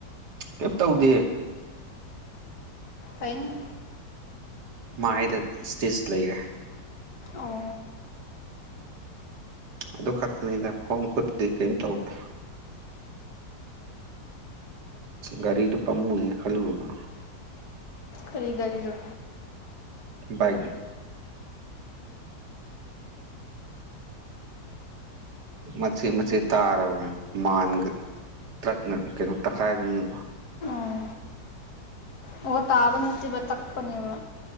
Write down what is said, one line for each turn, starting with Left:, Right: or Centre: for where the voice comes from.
Right: ꯀꯩꯝ ꯇꯧꯗꯤꯌꯦ
Left: ꯍꯩꯅꯤ
Right: ꯃꯥꯏꯗ ꯏꯁꯇꯤꯆ ꯂꯩꯔꯦ
Left: ꯑꯣ
Right: ꯑꯗꯨ ꯈꯛꯇꯅꯤꯗ ꯈꯣꯡ ꯈꯨꯠꯇꯗꯤ ꯀꯩꯝ ꯇꯧꯗꯦ ꯒꯥꯔꯤꯗꯣ ꯄꯥꯝꯃꯨꯏꯌꯦ ꯈꯜꯂꯨꯔꯒ
Left: ꯀꯔꯤ ꯒꯥꯔꯤꯔꯣ
Right: ꯕꯥꯏꯛꯅꯤ ꯃꯆꯦꯠ ꯃꯆꯦꯠ ꯇꯥꯔꯕꯅꯦ ꯃꯥꯟꯒ ꯇ꯭ꯔꯛꯅ ꯀꯩꯅꯣ ꯇꯛꯈꯥꯏꯕꯅꯤꯅꯀꯣ
Left: ꯑꯣ ꯑꯣ ꯇꯥꯕ ꯅꯠꯇꯦꯕ ꯇꯛꯄꯅꯦꯕ